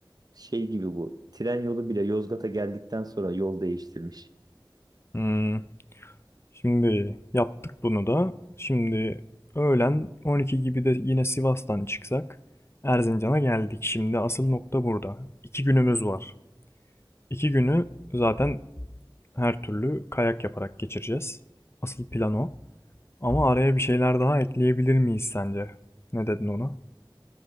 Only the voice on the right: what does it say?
Şey gibi bu. Tren yolu bile Yozgat'a geldikten sonra yol değiştirmiş.